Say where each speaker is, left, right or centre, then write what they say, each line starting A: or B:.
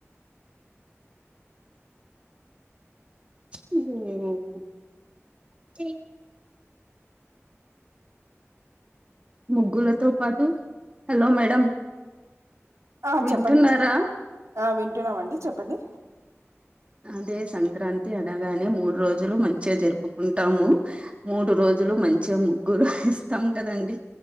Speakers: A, on the right; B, on the right.
A: హ జ ముగ్గులతో పాటు హలో మేడం
B: ఆ
A: వింటున్నారా
B: చెప్పండి ఆ వింటున్నామండి చెప్పండి
A: అదే సంక్రాంతి అనగానే మూడు రోజులు మంచిగా జరుపుకుంటాము మూడు రోజులు మంచిగా ముగ్గురు ఏస్తాం కదండి